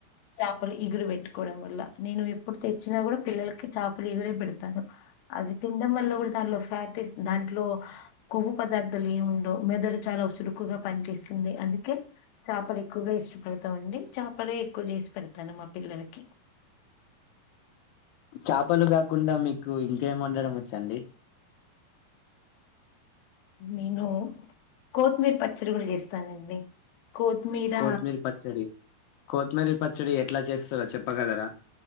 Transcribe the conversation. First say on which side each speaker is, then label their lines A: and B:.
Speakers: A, on the left (about 70°); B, on the left (about 80°).
A: చేపలు ఇగురు పెట్టుకోవడం వల్ల నేను ఎప్పుడు తెచ్చినా కూడా పిల్లలకి చేపల ఇగురే పెడతాను అవి తినడం వల్ల కూడా దాంట్లో ఫ్యాటీస్ దాంట్లో కొవ్వు పదార్థాలు ఏముండవు మెదడు చాలా చురుకుగా పనిచేస్తుంది అందుకే చేపలు ఎక్కువగా ఇష్టపడతామండి చేపలే ఎక్కువ చేసి పెడతాను మా పిల్లలకి
B: చేపలు కాకుండా మీకు ఇంకేమి వండడం వచ్చండి
A: నేనూ కోతిమీర పచ్చడి కూడా చేస్తానండి కొత్తిమీర
B: కొతిమీరి పచ్చడి కొతిమీరి పచ్చడి ఎట్లా చేస్తారో చెప్పగలరా